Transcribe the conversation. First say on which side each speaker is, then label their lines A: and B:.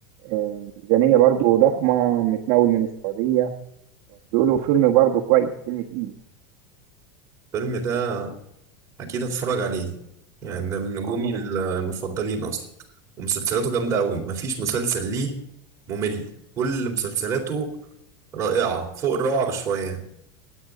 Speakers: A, on the right; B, on the right.
A: آه، ميزانية برضه ضخمة متمول من السعودية بيقولوا فيلم برضه كويس فيلم تقيل يعني.
B: الفيلم ده اكيد هتفرج عليه يعني ده من نجومي
A: اه طبعا
B: المفضلين اصلا ومسلسلاته جامده قوي مفيش مسلسل ليه ممل كل مسلسلاته رائعه فوق الروعه بشويه